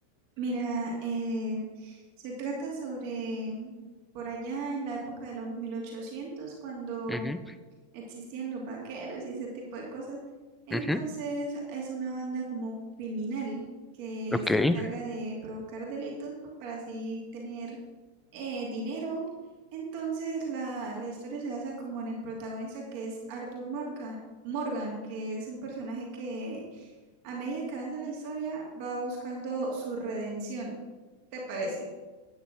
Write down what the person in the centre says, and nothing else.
Ujú,
ujú,
Ok.